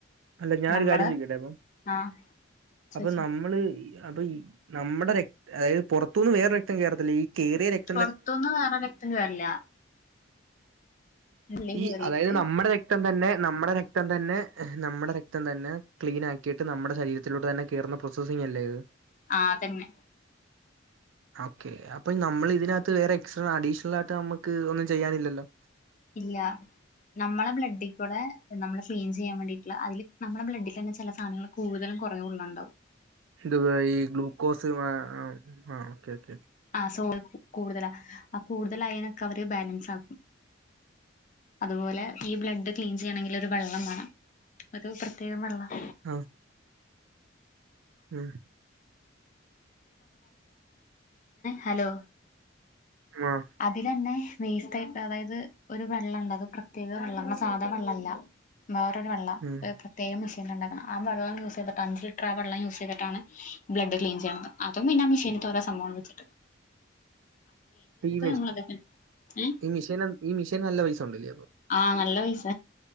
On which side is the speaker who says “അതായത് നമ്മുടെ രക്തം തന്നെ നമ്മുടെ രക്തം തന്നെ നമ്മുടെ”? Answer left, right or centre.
Right